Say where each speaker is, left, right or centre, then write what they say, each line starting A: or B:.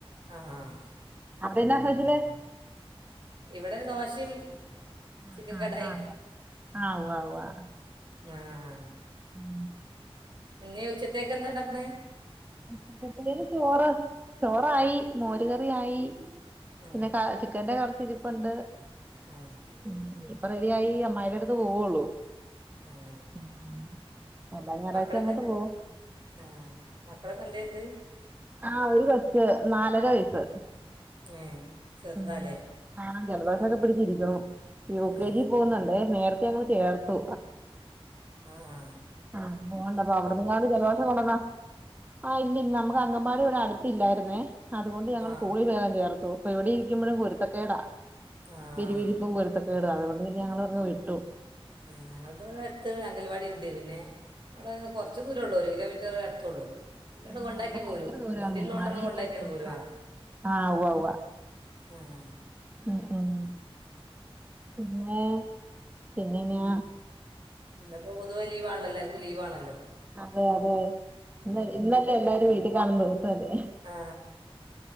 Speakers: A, on the right; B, on the right.
A: ആഹ് ആഹ്
B: അപ്പേ എന്നാ സ്പെഷ്യല്
A: ഇവടെ ദോശയും
B: ആഹ്
A: ചിക്കൻ
B: ആഹ്
A: കടായും
B: ആവ്യാ ആവ്യാ ആവ്യാ
A: ആഹ്
B: ഉം
A: ഇന്നേ ഉച്ചത്തേക്ക് എന്താ ഒണ്ടാക്കന്നേ
B: ഉച്ചത്തേക്ക് ചോറ് ചോറായി മോര് കറിയായി
A: ആ
B: പിന്നെ ക ചിക്കന്റെ കറി ഇരിപ്പുണ്ട്
A: ആ
B: ഉം ഇപ്പെ റെഡി ആയി അമ്മായിടെ എടുത്ത് പോവുള്ളൂ
A: ആഹ്
B: ഉം എല്ലാ ഞായറാഴ്ച
A: മക്കളൊക്കെ
B: അങ്ങോട്ട് പോകും
A: ആഹ് മക്കളൊക്കെ എന്തേ
B: ആഹ് ഒര് കൊച്ച് നാലര വയസ്സ്
A: ഹേ ചെറുതാ
B: ഉം
A: അല്ലെ
B: ആഹ് ജലദോഷോക്കേ പിടിച്ച് ഇരിക്ക്യാണു യു കെ
A: ആ
B: ജി പോകുന്നോണ്ട് നേരത്തെ ഞങ്ങള് ചേർത്തു
A: ആഹ്
B: ആഹ് <unintelligible> അപ്പൊ അവടെ ന്നങാണ്ടോ ജലദോഷം കൊണ്ടാന്നാ ആഹ് ഇല്ല ഇല്ല നമ്മക്ക് അങ്കംമ്പാടി ഇവടെ അടുത്ത് ഇല്ലാരുന്നേ അത് കൊണ്ട് ഞങ്ങള്
A: ആ
B: സ്കൂളി വേഗം ചേർത്തു അപ്പൊ ഇവടെ ഇരിക്കുമ്പോഴും കുരുത്തേക്കേടാ
A: ആ
B: വിരിവിരിപ്പും കുരുത്തക്കേട് അത് കൊണ്ട് പിന്നെ ഞളങ്ങ് വിട്ടു
A: ഞങ്ങൾ ത് ഇവടെ അടുത്ത് അങ്കൽവാടി ഇണ്ട് പിന്നെ അവടെകൊറച്ച് ദൂരേ ഒള്ളൂ ഒര് കിലോമീ മേ അടുത്ത് ഉള്ളൂ പിന്നാ അവടെ
B: ആഹ്
A: കൊണ്ടാക്കി
B: ഇവിടെ ഭയങ്കര
A: പോരും
B: ദൂരാന്നേ
A: വണ്ടില്ലോണ്ട് കൊണ്ട്
B: മഴയൊക്കെ
A: നമ്മള് കൊണ്ടാക്കീ
B: ആണെ
A: ഇണ്ട്
B: ഭയങ്കര
A: ഇങ്ങട് പോരു
B: പാടാ
A: ആഹ്
B: ആഹ് ഉവ്വാ ഉവ്വാ
A: ആഹ്
B: ഉം ഉം പിന്നെ പിന്നെ എങ്ങ്യാ
A: ഇന്ന് ഇപ്പോ പൊതുവേ ലീവ് ആണ് എല്ലാർക്കും ലീവാണാ അല്ലോ
B: അതെ അതെ ഇന്ന് ഇന്നല്ലേ എല്ലാരും വീട്ടി കാണുന്നാ ദിവസം അല്ലേ
A: ആ